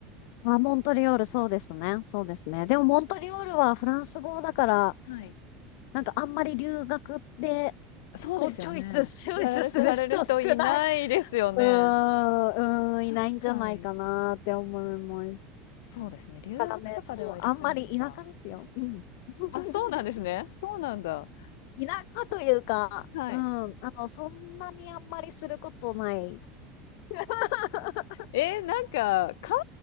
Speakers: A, on the left; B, on the left.
A: あ、モントリオール、そうですね。そうですね。でも、モントリオールはフランス語だから、
B: はい。
A: なんかあんまり留学で、
B: そうですよね。
A: こう、チョイス、<laughs> チョイスする人少ない。
B: される、される人いないですよね。
A: うーん、うーん、
B: 確かに。
A: いないんじゃないかなって思います。
B: そうですね。留学とかではいらっしゃらないか。
A: だからね、そう、あんまり田舎ですよ。うん。<laughs> 田
B: あ、そうなんですね。そうなんだ。
A: 舎というか、
B: はい。
A: うん、あの、そんなにあんまりすることない。<laughs>
B: えー、なんか、川、